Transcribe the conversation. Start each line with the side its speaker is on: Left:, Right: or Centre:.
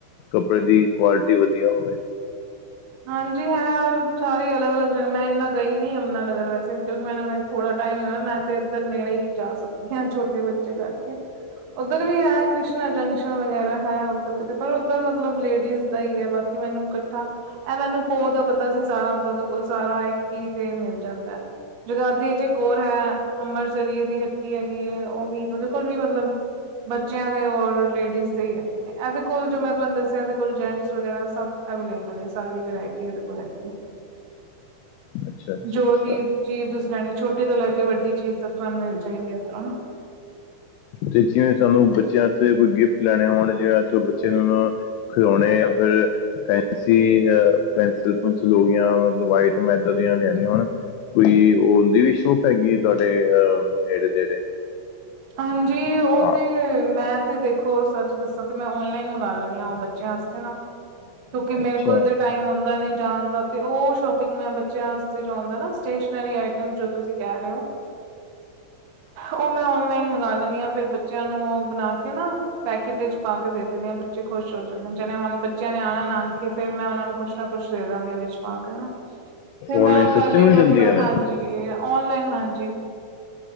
Left: ਕੱਪੜੇ ਦੀ ਕੁਆਲਿਟੀ ਵਧੀਆ ਹੋਵੇ?
Right: ਹਾਂਜੀ ਹੈ ਸਾਰੀ ਅਲੱਗ ਅਲੱਗ ਜਗ੍ਹਾ ਮੈਂ ਇਨਾ ਗਈ ਨੀ ਯਮਨਾਨਗਰ ਵੈਸੇ ਕਿਉਂਕਿ ਮੈ ਹਏ ਥੋੜ੍ਹਾ ਟਾਈਮ ਈ ਹੋਇਆ। ਮੈਂ ਤੇ ਇੱਧਰ ਨੇੜੇ ਹੀ ਜਾ ਸਕਨੀ ਆਂ, ਛੋਟੇ ਬੱਚੇ ਕਰਕੇ। ਉੱਧਰ ਵੀ ਹੈ, ਕ੍ਰਿਸ਼ਨਾ ਜੰਕਸ਼ਨ ਵਗੈਰਾ ਹੈ ਉਧਰ, ਪਰ ਉੱਧਰ ਮਤਲਬ ਲੇਡੀਜ਼ ਦਾ ਈ ਐ। ਬਾਕੀ ਮੈਨੂੰ ਇਕੱਠਾ ਇਹ ਮੈਨੂੰ ਕੋਅ ਦਾ ਪਤਾ ਸੀ ਸਾਰਾ ਮਤਲਬ ਓਦੇ ਕੋਲ ਸਾਰਾ ਇੱਕ ਹੀ ਤੇ ਮਿਲ ਜਾਂਦਾ ਐ। ਜਗਾਦਰੀ ਚ ਇਕ ਔਰ ਹੈ, ਅੰਮਰਸਰੀਏ ਦੀ ਹੱਟੀ ਹੈਗੀ ਐ, ਉਹ ਵੀ ਉਹਦੇ ਕੋਲ ਵੀ ਮਤਲਬ ਬੱਚਿਆਂ ਦੇ ਔਰ ਲੇਡੀਜ਼ ਦੇ ਈ ਹੈਗੇ ਨੇ। ਇਹਦੇ ਕੋਲ ਜੋ ਮੈਂ ਤੁਆਨੂੰ ਦੱਸਿਆ, ਇਹਦੇ ਕੋਲ ਜੈਂਟਸ ਵਗੈਰਾ ਸਭ ਅਵੇਲੇਬ ਮਤਲਬ ਸਾਰੀ ਵਰਾਇਟੀ ਇਹਦੇ ਕੋਲ ਹੈਗੀ ਐ।
Left: ਅੱਛਾ, ਅੱਛਾ,
Right: ਜੋ
Left: ਅੱਛਾ।
Right: ਦੀ ਚੀਜ਼ ਤੁਸੀਂ ਲੈਣੀ, ਛੋਟੀ ਤੋਂ ਲੈ ਕੇ ਵੱਡੀ ਚੀਜ਼ ਤੁਆਨੂੰ ਮਿਲ ਜਾਏਗੀ ਏਥੋਂ।
Left: ਤੇ ਜਿਵੇਂ ਸਾਨੂੰ ਬੱਚਿਆਂ ਵਾਸਤੇ ਕੋਈ ਗਿਫਟ ਲੈਣੇ ਹੋਣ ਜਿਵੇਂ ਅਜ ਤ ਬੱਚੇ ਨੂੰ ਖਿਲੌਣੇ ਜਾਂ ਫਿਰ ਫੈਂਸੀ ਯਾ ਪੈਂਸਿਲ ਪੁਨਸਿਲ ਹੋਗੀਆਂ ਮਲਬ ਤੇ ਵਾਈਟ ਐਦਾਂ ਦੀਆਂ ਲੈਣੀਆਂ ਹੋਣ, ਕੋਈ ਓਂਦੀ ਵੀ ਸ਼ੋਪ ਹੈਗੀ ਐ ਤੁਆਡੇ ਅਹ ਨੇੜੇ ਤੇੜੇ।
Right: ਹਾਂਜੀ ਉਹ
Left: ਹਾਂ
Right: ਤੇ ਮੈਂ ਤੇ ਦੇਖੋ ਸਰ ਦੱਸਾਂ ਤਾਂ ਮੈਂ ਓਨਲਾਈਨ ਮੰਗਾ ਲੈਂਦੀ ਆ ਓਹ ਬੱਚਿਆਂ ਆਸਤੇ ਨਾ। ਕਿਉਂਕਿ ਮੇਰੇ
Left: ਅੱਛਾ-ਅੱਛਾ
Right: ਕੋਲ ਤੇ ਟਾਈਮ ਹੋਂਦਾ ਨੀ ਜਾਣ ਦਾ ਤੇ ਉਹ ਸ਼ੋਪਿੰਗ ਮੈਂ ਬੱਚਿਆਂ ਵਾਸਤੇ ਜੋ ਹੋਂਦਾ ਨਾ ਸਟੇਸ਼ਨਰੀ ਆਈਟਮ ਜੋ ਤੁਸੀਂ ਕਹਿ ਰਹੇ ਓ ਉਹ ਮੈਂ ਔਨਲਾਈਨ ਮੰਗਾ ਲੈਨੀ ਆ। ਫੇਰ ਬੱਚਿਆਂ ਨੂੰ ਉਹ ਬਣਾ ਕੇ ਨਾ ਪੈਕੇਟ ਇੱਚ ਪਾ ਕੇ ਦੇ ਦੇਨੀ ਆ। ਬੱਚੇ ਖੁਸ਼ ਖੁਸ਼ ਹੋ ਜਾਂਦੇ ਨੇ। ਜਿਵੇਂ ਹੁਣ ਬੱਚਿਆਂ ਨੇ ਆਣਾ ਨਾਨਕੇ ਫੇਰ ਮੈਂ ਉਹਨਾਂ ਨੂੰ ਕੁਛ ਨਾ ਕੁਛ ਦੇ ਦਾਂਗੀ ਵਿੱਚ ਪਾ ਕੇ ਨਾ। ਫੇਰ ਮੈਂ
Left: ਔਨਲਾਈਨ
Right: ਉਹ ਪਹਿਲੇ
Left: ਸਸਤੀ ਮਿਲ
Right: ਹੀ ਮਤਲਬ,
Left: ਜਾਂਦੀਆਂ ਨੇ
Right: ਹਾਂਜੀ। ਓਨਲਾਈਨ ਹਾਂਜੀ।